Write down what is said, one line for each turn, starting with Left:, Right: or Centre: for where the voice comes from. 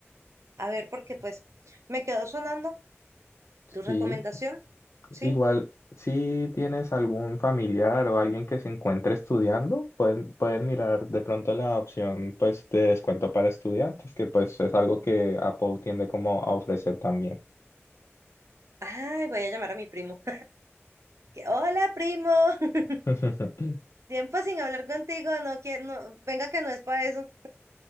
Right: A ver, porque pues me quedó sonando tu recomendación,
Left: Sí.
Right: ¿sí?
Left: Igual, si tienes algún familiar o alguien que se encuentre estudiando, pueden, pueden mirar de pronto la opción pues de descuento para estudiantes, que pues es algo que Apple tiende como a ofrecer también.
Right: Ay, voy a llamar a mi primo. Hola, primo. <laughs>
Left: <laughs>
Right: Tiempo sin hablar contigo. No, que, no, venga que no es para eso.